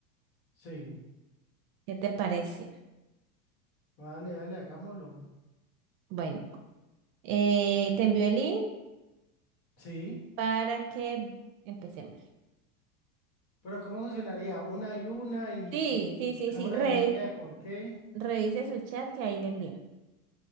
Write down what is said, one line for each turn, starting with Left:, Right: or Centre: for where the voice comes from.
Left: sí.
Right: ¿Qué te parece?
Left: Vale, dale, hagámoslo.
Right: Bueno, eh, te envío el link
Left: Sí,
Right: para que empecemos.
Left: pero ¿cómo funcionaría? Una y una y,
Right: Sí,
Left: y
Right: sí, sí,
Left: hacemos
Right: sí,
Left: la
Right: re-
Left: dinámica de por qué.
Right: revise su chat que ahí le envié.